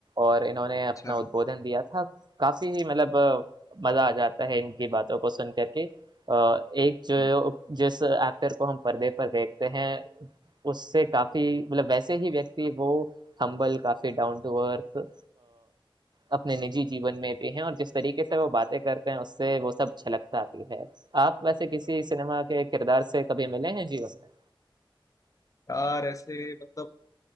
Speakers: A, on the right (about 55°); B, on the left (about 40°).
A: और इन्होंने अपना
B: अच्छा
A: उद्बोधन दिया था काफी ही मतलब अ, मजा आ जाता है इनकी बातों को सुन करके अ, एक जो
B: हम्म।
A: जिस एक्टर को हम पर्दे पर देखते हैं उससे काफी मतलब वैसे ही व्यक्ति वो हम्बल काफी डाउन टू अर्थ अपने निजी जीवन में भी हैं और जिस तरीके से वो बातें करते हैं उससे वो सब छलकता भी है आप वैसे किसी सिनेमा के किरदार से कभी मिले हैं जीवन में
B: यार ऐसे मतलब